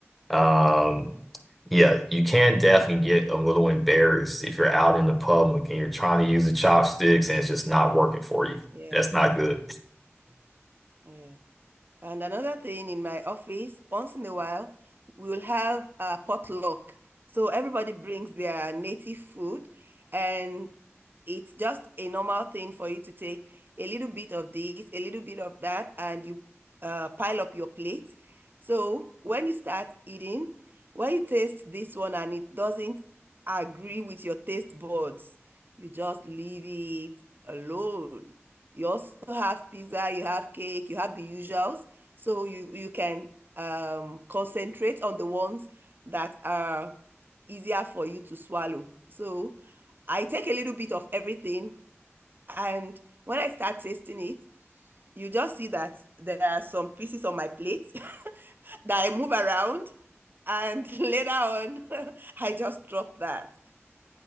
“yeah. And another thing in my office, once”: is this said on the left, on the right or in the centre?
Right